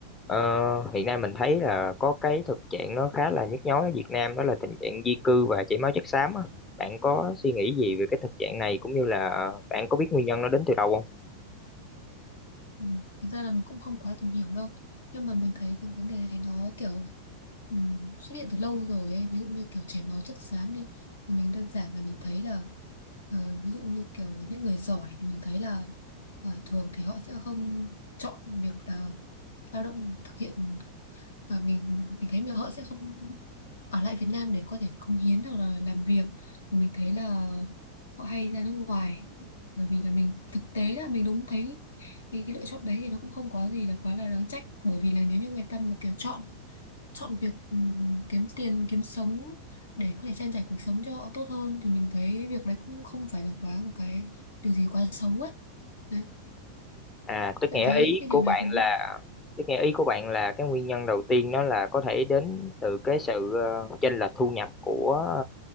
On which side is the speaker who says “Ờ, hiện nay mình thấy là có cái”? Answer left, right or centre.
Left